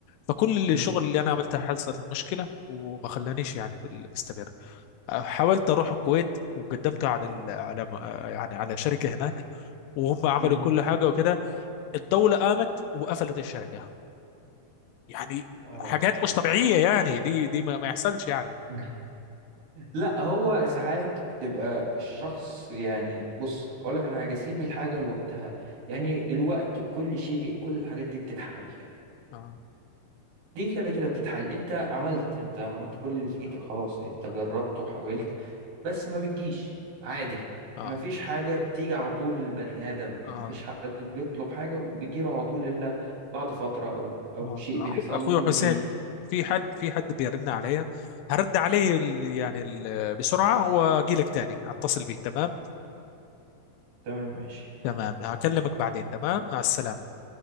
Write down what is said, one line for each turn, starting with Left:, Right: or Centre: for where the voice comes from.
Left: فكل اللي
Right: مم.
Left: الشغل اللي انا عملتها حصلت مشكله وما خلانيش يعني بال- بستمر حاولت اروح الكويت وقدمت على ال... على يعني على شركه هناك وهم عملوا
Right: مم.
Left: كل حاجه وكده الدوله قامت وقفلت الشركه يعني
Right: اه
Left: حاجات مش طبيعيه يعني دي دي ما, ما يحصلش يعني
Right: <laughs> لا هو ساعات بتبقى الشخص يعني بص اقول لك على حاجه سيب الحاجه لوقتها يعني الوقت بكل شيء كل الحاجات دي بتتحل
Left: اه
Right: دي كده كده بتتحل انت عملت انت عملت كل اللي في ايدك
Left: اه
Right: خلاص انت
Left: اه
Right: جربت وحاولت بس ما بتجيش عادي
Left: اه,
Right: ما فيش حاجه بتيجي على طول للبني ادم يعني
Left: آه.
Right: مفيش حد بيطلب حاجه وبيجيله على طول الا بعد فتره او او
Left: آه.
Right: شيء
Left: أخو-
Right: بيحصل
Left: اخوي
Right: له
Left: حسين
Right: جديد
Left: في حد في حد بيرن عليا هرد عليه ال- يعني ال- بسرعه واجي لك تاني هتصل بيه تمام
Right: تمام ماشي
Left: تمام هكلمك بعدين تمام مع السلامة